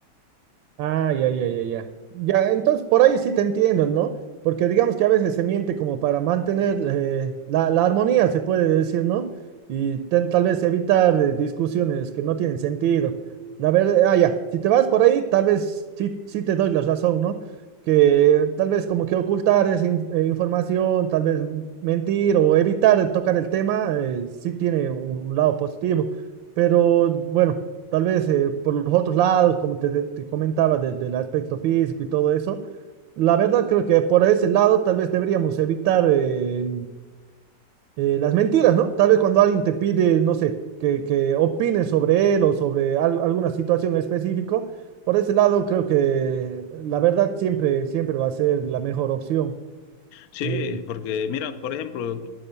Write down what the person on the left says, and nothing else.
Sí,
porque mira, por ejemplo,